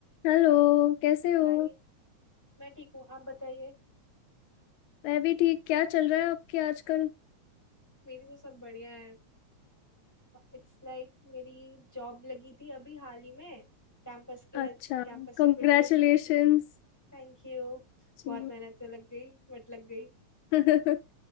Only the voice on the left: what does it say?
Hello कैसे हो
मैं भी ठीक क्या चल रहा है आपके आजकल
अच्छा
कंग्रेचुलेशंस
जी
<laughs>